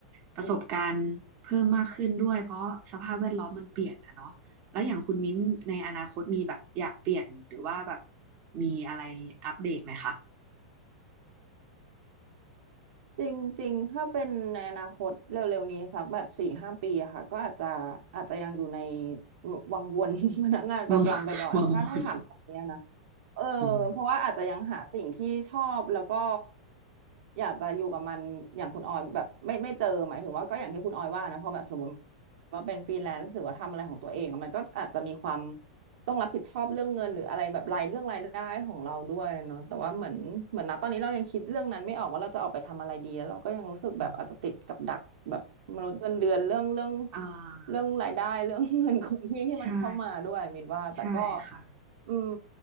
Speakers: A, on the right (about 40°); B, on the right (about 70°).
A: ประสบการณ์เพิ่มมากขึ้นด้วยเพราะสภาพแวดล้อมมันเปลี่ยนอะเนาะแล้วอย่างคุณมิ้นในอนาคตมีแบบอยากเปลี่ยนหรือว่าแบบ
B: อืม
A: มีอะไรอัปเดตไหมคะ
B: จริงๆ ถ้าเป็นในอนาคตเร็วๆนี้สักแบบสี่ห้าปีอะค่ะก็อาจจะอาจจะยังอยู่ในวังวน <laughs> พนักงานประจำไปก่อนถ้าถ้าถามตอนนี้นะ
A: วาง <laughs> วางบน
B: เออเพราะว่าอาจจะยังหาสิ่งที่ชอบแล้วก็
A: อืม
B: อยากจะอยู่กับมันอย่างคุณออยแบบไม่ไม่เจอหมายถึงว่าก็อย่างที่คุณออยว่านะพอแบบสมมติว่าเป็นฟรีแลนซ์หรือว่าทำอะไรของตัวเองอะมันก็อาจจะมีความต้องรับผิดชอบเรื่องเงินหรืออะไรแบบรายเรื่องรายได้ของเราด้วยเนาะแต่ว่าเหมือนเหมือนนะตอนนี้เรายังคิดเรื่องนั้นไม่ออกว่าเราจะออกไปทำอะไรดีแล้วเราก็ยังรู้สึกแบบอาจจะติดกับดักแบบมนุษย์เงินเดือนเรื่องเรื่อง
A: อืมอ่า
B: เรื่องรายได้เรื่อง <laughs> เงินคงที่ที่มันเข้ามาด้วยมินว่าแต่ก็
A: ใช่ใช่ค่ะ
B: อืม